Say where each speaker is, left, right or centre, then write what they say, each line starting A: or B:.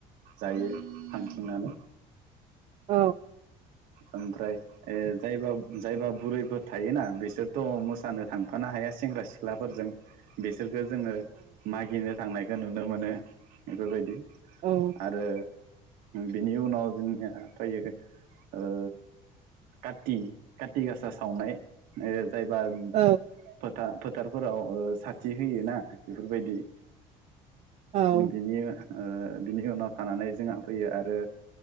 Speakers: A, on the right; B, on the right.
A: जायो थांथिंनानै
B: औ
A: ओमफ्राय ए जायबा जायबा बुरैफोर थायोना बिसोरथ' मोसानो थांफानो हाया सेंग्रा सिख्लाफोरजों बिसोरखो जोङो मागिनो थांनायखौ नुनो मोनो बेफोरबायदि
B: औ
A: आरो बिनि उनाव जोंनिया फैयो ओ कति कतिगासा सावनाय ओ जायबा
B: औ
A: बा फोथारफोराव साथि होयो ना बेफोरबायदि
B: औ
A: बिनि ओ बिनि उनाव थानानै जोंहा फैयो आरो